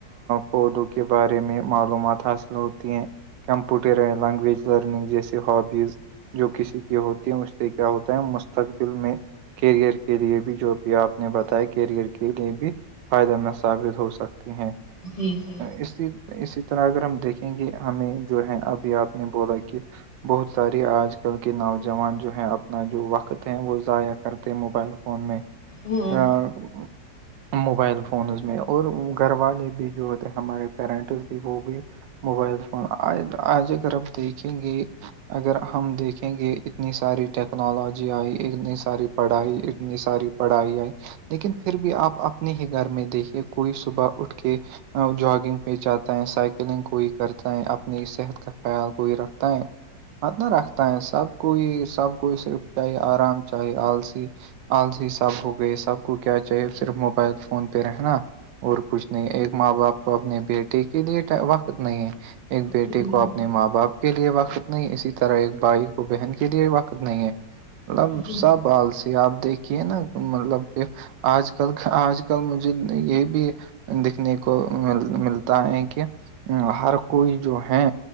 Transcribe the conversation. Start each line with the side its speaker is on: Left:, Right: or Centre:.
Right: پودوں کے بارے میں معلومات حاصل ہوتی ہیں کمپیوٹر لیننگویج لرننگ جیسے ہابیز جو کسی کی ہوتی ہیں اس سے کیا ہوتا ہے مستقبل میں کیریئر کے لیے بھی جو بھی آپ نے بتایا کیریئر کے لیے بھی فائدے مند ثابت ہو سکتے ہیں
Left: جی جی جی
Right: اس اسی طرح اگر ہم دیکھیں گے ہمیں جو ہے ابھی آپ نے بولا کہ بہت سار آج کل کے نوجوان جو ہیں اپنا جو وقت ہے وہ ضائع کرتے موبائل فون میں
Left: ہوں
Right: <unintelligible> <unintelligible> موبائل فونز میں اور گھر والے بھی جو ہوتے ہیں ہمارے پیرنٹس بھی وہ بھی موبائل فون آج اگر آپ دیکھیں گے اگر ہم دیکھیں گے اتنی ساری ٹیکنالوجی آئی اتنی ساری پڑھائی اتنی ساری بڑھا دیا لیکن پھر بھی آپ اپنے ہی گھر میں دیکھیے کوئی صبح اٹھ کے جاگنگ یہ جاتا ہے سائیکلنگ کوئی کرتا ہے اپنی صحت کا خیال کوئی رکھتا ہے مت نہ رکھتا ہے سب کوئی سب کوئی صرف چاہی آرام چاہے آلسی آج ہی سب ہو گئی سب کو کیا چاہیے صرف موبائل فون پہ رہنا اور کچھ نہیں ایک ماں باپ کو اپنے بیٹے کے لیے وقت نہیں ہے ایک بیٹے
Left: جی جی
Right: کو اپنے ماں باپ کے لیے وقت نہیں اسی طرح ایک بھائی کو بہن کے لیے وقت نہیں ہے مطلب
Left: جی جی
Right: سب آالسی آپ دیکھیے نا مطلب کہ آج کل آج کل مجھے یہ بھی دیکھنے کو مل ملتا بتا ہے کہ ہر کوئی جو ہے